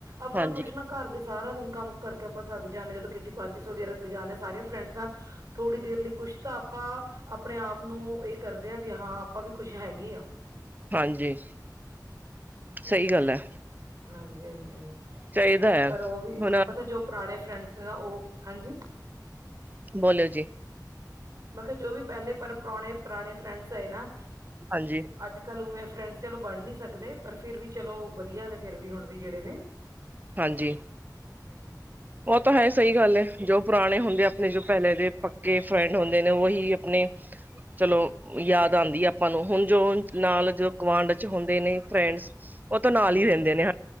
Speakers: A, on the right; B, on the right.
A: ਆਪਨਾ
B: ਹਾਂਜੀ
A: ਕੁਛ ਨਾ ਘੱਰ ਦੇ ਸਾਰਾ ਦਿਨ ਕੰਮ ਕਾਰਕੇ ਆਪਾਂ ਥੱਕ ਜਾਣੇ, ਜਦੋਂ ਕਿਟੀ ਪਾਰਟੀਸ ਵਗੈਰਾ ਤੇ ਜਾਂਣੇ ਸਾਰੀਆਂ ਫਰੈਂਡਸ ਨਾਲ ਥੋੜੀ ਦੇਰ ਲਈ ਕੁਛ ਤਾਂ ਅਪਾ, ਆਪਣੇ ਆਪ ਨੂੰ ਇੱ ਕਰਦੇ ਆ ਵੀ ਹਾਂ, ਆਪਾ ਵੀ ਕੁੱਛ ਹੈਗੇ ਆ
B: ਹਾਂਜੀ, ਸਈ ਗੱਲ ੲੈ
A: ਹਾਂਜੀ-ਹਾਂਜੀ
B: ਚਾਹੀਦਾ ਹੈ
A: ਪਰ ਓ ਵੀ
B: ਹੁਣ
A: ਪਤਾ ਜੋ ਪਰਾਣੇ ਫਰੈਂਡਸ ਨਾ ਓ, ਹਾਂਜੀ।
B: ਬੋਲੋ ਜੀ
A: ਮੈਂ ਖੇਆ ਜੋ ਵੀ ਪੈਲੇ ਪਰ ਪਰੋਣੇ ਪਰਾਣੇ ਫਰੈਂਡਸ ਹੈਏ ਨਾ
B: ਹਾਂਜੀ।
A: ਅੱਜ-ਕੱਲ ਉਵੇਂ ਫਰੈਂਡਸ ਚਲੋ ਬਣ ਨੀ ਸਕਦੇ, ਪਰ ਫੇਰ ਵੀ ਚਲੋ ਵਧੀਆ ਨੇ ਫੇਰ ਵੀ ਹੁਣ ਵੀ ਜੇੜੇ ਨੇ
B: ਹਾਂਜੀ।
A: ਮੈਲ
B: ਓ ਤਾਂ ਹੈ ਸਹੀ ਗੱਲ ੲੈ ਜੋ ਪੁਰਾਣੇ ਹੁੰਦੇ ਆਪਣੇ ਜੋ ਪੈਹਲੇ ਦੇ ਪੱਕੇ ਫਰੈਂਡ ਹੁੰਦੇ ਨੇ ਉਹੀ ਆਪਣੇ ਚਲੋ ਯਾਦ ਆਦੀ ੲੈ ਆਪਾਂ ਨੂੰ ਹੁਣ ਜੋ ਨਾਲ ਜੋ ਗੁਵਾਢ ਚ ਹੁੰਦੇ ਨੇ ਫਰੈਂਡਸ ਓ ਤੋਂ ਨਾਲ
A: ਹੂੰ
B: ਈ ਰੈੰਦੇ ਨੇ ਹ,